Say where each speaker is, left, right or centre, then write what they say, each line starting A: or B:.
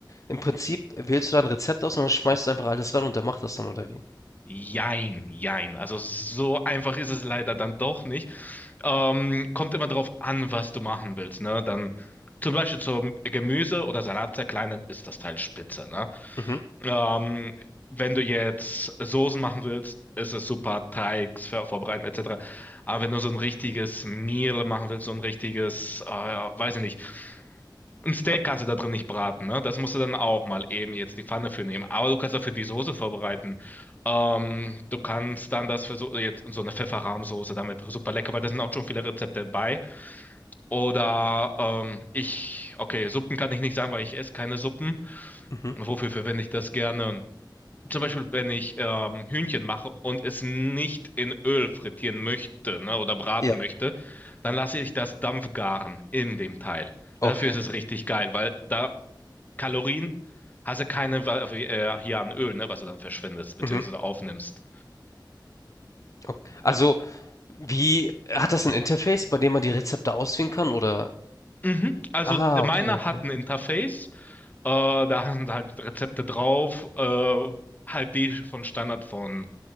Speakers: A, on the left; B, on the left.
A: im Prinzip wählst du da ein Rezept aus und dann schmeißt du einfach alles rein und der macht das dann, oder wie?
B: Jein, jein. Also so einfach ist es leider dann doch nicht. Ähm, kommt immer drauf an, was du machen willst, ne? Dann zum Beispiel zum Gemüse oder Salat zerkleinern ist das Teil spitze, ne?
A: Mhm,
B: Ähm, wenn du jetzt Soßen machen willst, ist es super, Teig ver- vorbereiten etc. Aber wenn du so ein richtiges Meal machen willst, so ein richtiges, äh, weiß ich nicht, ein Steak kannst du da drin nicht braten, ne? Das musst du dann auch mal eben jetzt die Pfanne für nehmen. Aber du kannst dafür die Soße vorbereiten. Ähm, du kannst dann das für so, jetzt so eine Pfefferrahmsoße damit super lecker, weil da sind auch schon viele Rezepte bei. Oder ähm, ich, okay, Suppen kann ich nicht sagen, weil ich esse keine Suppen.
A: mhm.
B: Wofür verwende ich das gerne? zum Beispiel, wenn ich ähm, Hühnchen mache und es nicht in Öl frittieren möchte, ne, oder braten
A: Ja.
B: möchte, dann lasse ich das Dampfgaren in dem Teil. Dafür
A: Okay.
B: ist es richtig geil, weil da Kalorien hast du keine wa- äh, hier an Öl, ne, was du dann verschwendest, beziehungsweise
A: Mhm.
B: aufnimmst.
A: Ok also, wie hat das ein Interface, bei dem man die Rezepte auswählen kann oder
B: Mhm. Also
A: ah, okay,
B: meine
A: okay.
B: hat ein Interface. Äh, da sind halt Rezepte drauf, äh, halt die von Standard von,